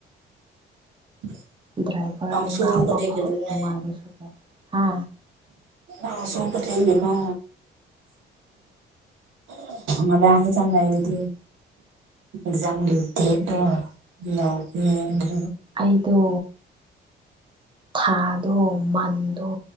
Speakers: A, on the right; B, on the right.
A: <inaudible>
B: ꯗ꯭ꯔꯥꯏꯚꯔ
A: ꯅꯪꯁꯨ
B: ꯉꯥꯡꯕꯈꯣ
A: ꯀꯔꯤꯒꯤꯅꯣꯅꯦ
B: ꯅꯨꯡꯉꯥꯏꯕꯁꯨ ꯍꯥ
A: ꯑ ꯁꯣꯄ ꯆꯩꯒꯅꯣ ꯃꯗꯗ ꯆꯅꯕꯗꯤ ꯑꯦꯛꯖꯥꯝꯒꯤ ꯗꯦꯠꯗꯣ ꯌꯥꯎꯒ
B: ꯑꯩꯗꯣ ꯊꯥꯗꯣ ꯃꯟꯗꯣ